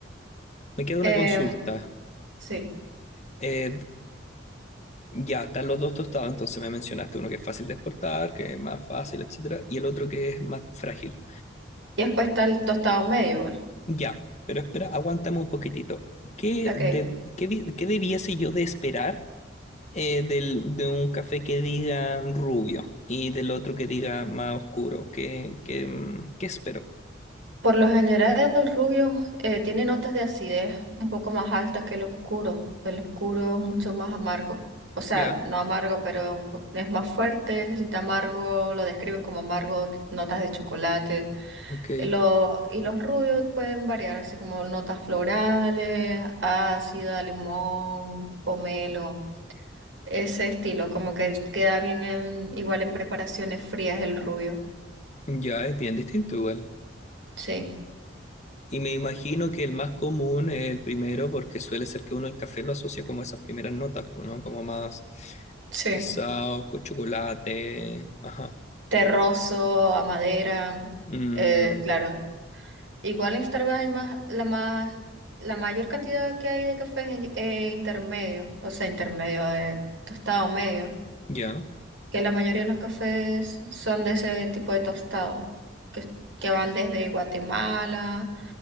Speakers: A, on the left; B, on the right.
A: Me queda
B: Em,
A: una consulta.
B: sí.
A: Eh, ya, están los dos tostados, entonces me mencionaste uno que es fácil de exportar, que es más fácil, etcétera, y el otro que es más frágil.
B: Y después está el tostado medio igual.
A: Ya, pero espera, aguántame un poquitito. ¿Qué,
B: Ok.
A: de- qué vi- qué debiese yo de esperar eh, del, de un café que diga rubio y del otro que diga más oscuro. ¿Qué, qué, mm, qué espero?
B: Por lo general, el rubio eh, tiene notas de acidez un poco más altas que el oscuro. El oscuro es mucho más amargo. O sea,
A: Ya,
B: no amargo, pero un po- es más fuerte, se siente amargo, lo describen como amargo, notas de chocolate.
A: ok.
B: Lo- y los rubios pueden variar, así como notas florales, ácida, limón, pomelo, ese estilo, como que queda bien en- igual en preparaciones frías el rubio.
A: Ya es bien distinto igual.
B: Sí,
A: Y me imagino que el más común es el primero porque suele ser que uno el café lo asocia como a esas primeras notas, pues, ¿no? Como más
B: sí.
A: pesado, con chocolate. Ajá.
B: terroso, a madera,
A: Mm,
B: eh, claro. Igual en Starbucks hay más, la más, la mayor cantidad que hay de cafés es eh, intermedio, o sea, intermedio de tostado medio,
A: ya.
B: que la mayoría de los cafés son de ese tipo de tostado, que, que van desde Guatemala,